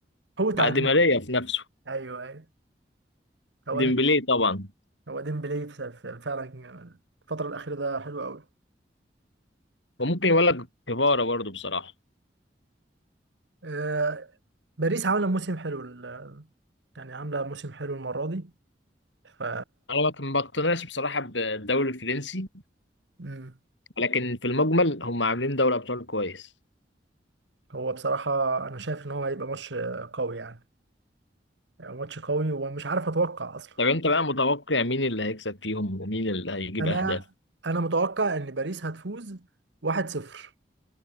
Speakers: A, on the right; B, on the left.
A: هو تعجبني
B: بقى دي ماريا في نفسه
A: ايوه ايوه هو
B: ديمبلي
A: انت
B: طبعا
A: هو ديمبلي ف- ف- فعلا الفتره الاخيره ده حلو قوي
B: وممكن يقول لك كفارة برضه بصراحة
A: آه، باريس عامله موسم حلو ال- يعني عامله موسم حلو المره دي ف
B: أنا ما كان- ما بقتنعش بصراحة بالدوري الفرنسي
A: مم.
B: لكن في المجمل هم عاملين دوري أبطال كويس
A: هو بصراحه انا شايف ان هو هيبقى ماتش قوي يعني ماتش قوي ومش عارف اتوقع اصلا
B: طب أنت بقى متوقع مين اللي هيكسب فيهم ومين اللي هيجيب
A: انا
B: أهداف
A: انا متوقع ان باريس هتفوز 1-0